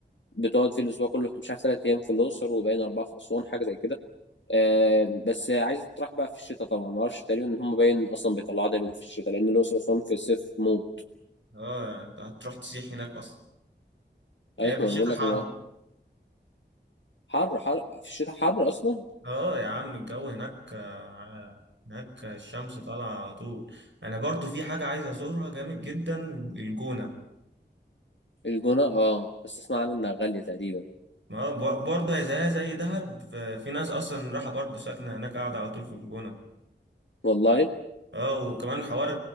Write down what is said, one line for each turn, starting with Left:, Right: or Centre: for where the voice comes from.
Left: بتقعد في الاسبوع كله مش عارف ثلاث ايام في الاقصر وباين اربعة في اسوان حاجة زي كده آه بس عايزة تطرح بقى في الشتاء طبعا ما اعرفش تقريبا ان هم باين اصلا بيطلعوها دايما في الشتاء لان الاقصر واسوان في الصيف موت
Right: اه يعني انت هتروح تسيح هناك اصلا
Left: ايوه
Right: هي في
Left: ما
Right: الشتاء
Left: انا بقول
Right: حر
Left: لك الموضوع حر حر في الشتاء حر اصلا
Right: اه يا عم الجو هناك آه، هناك الشمس طالعة على طول انا برضو في حاجة عايز ازورها جامد جدا الجونة
Left: الجونة اه بس اسمع عنها انها غالية تقريبا
Right: ما هو بر- برضه هي زيها زي دهب ف- في ناس اصلا راحة برضو ساكنة هناك قاعدة على طول في الجونة
Left: والله
Right: اه وكمان حوار